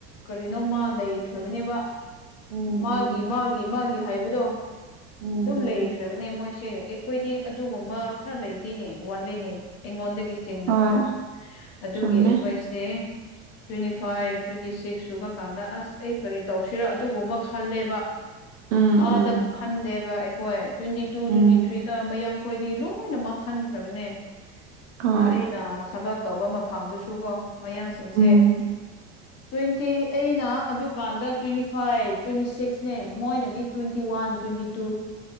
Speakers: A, on the left (about 40°); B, on the right (about 75°).
A: ꯀꯔꯤꯅꯣꯃ ꯂꯩꯈ꯭ꯔꯕꯅꯦꯕ
B: ꯎꯝ
A: ꯃꯥꯒꯤ
B: ꯎꯝ
A: ꯃꯥꯒꯤ ꯃꯥꯒꯤ ꯍꯥꯏꯕꯗꯣ
B: ꯎꯝ
A: ꯑꯗꯨꯝ
B: ꯎꯝ
A: ꯂꯩꯈ꯭ꯔꯕꯅꯦ ꯃꯣꯏꯁꯦ ꯑꯩꯈꯣꯏꯗꯤ ꯑꯗꯨꯒꯨꯝꯕ ꯈꯔ ꯂꯩꯇꯦꯅꯦ ꯋꯥꯠꯂꯤꯅꯦ ꯑꯩꯉꯣꯟꯗꯒꯤ ꯆꯤꯡꯅꯀꯣ
B: ꯍꯣꯏ
A: ꯑꯗꯨꯒꯤ
B: ꯆꯨꯝꯃꯦ
A: ꯑꯩꯈꯣꯏꯁꯦ ꯇꯣꯏꯇꯤ ꯐꯥꯏꯐ ꯇꯣꯏꯇꯤ ꯁꯤꯛꯁ ꯁꯨꯕ ꯀꯥꯟꯗ ꯑꯁ ꯑꯩ ꯀꯔꯤ ꯇꯧꯁꯤꯔꯥ ꯑꯗꯨꯒꯨꯝꯕ ꯈꯜꯂꯦꯕ
B: ꯎꯝ
A: ꯑꯥꯗ
B: ꯎꯝ
A: ꯈꯟꯗꯦꯕ ꯑꯩꯈꯣꯏ ꯇ꯭ꯋꯦꯟꯇꯤ ꯇꯨ
B: ꯎꯝ
A: ꯇ꯭ꯋꯦꯟꯇꯤ ꯊ꯭ꯔꯤꯗ ꯃꯌꯥꯡ ꯑꯩꯈꯣꯏꯗꯤ ꯂꯣꯏꯅꯃꯛ ꯈꯟꯈ꯭ꯔꯕꯅꯦ
B: ꯍꯣꯏ
A: ꯑꯗꯨ ꯑꯩꯅ ꯊꯕꯛ ꯇꯧꯕ ꯃꯐꯝꯗꯨꯁꯨ ꯀꯣ ꯃꯌꯥꯡꯁꯤꯡꯁꯦ
B: ꯎꯝ
A: ꯇ꯭ꯋꯦꯟꯇꯤ ꯑꯩꯅ ꯑꯗꯨꯀꯥꯟꯗ ꯇ꯭ꯋꯦꯟꯇꯤ ꯐꯥꯏꯚ ꯇ꯭ꯋꯦꯟꯇꯤ ꯁꯤꯛꯁꯅꯦ ꯃꯣꯏꯅꯗꯤ ꯇ꯭ꯋꯦꯟꯇꯤ ꯋꯥꯟ ꯇ꯭ꯋꯦꯟꯇꯤ ꯇꯨ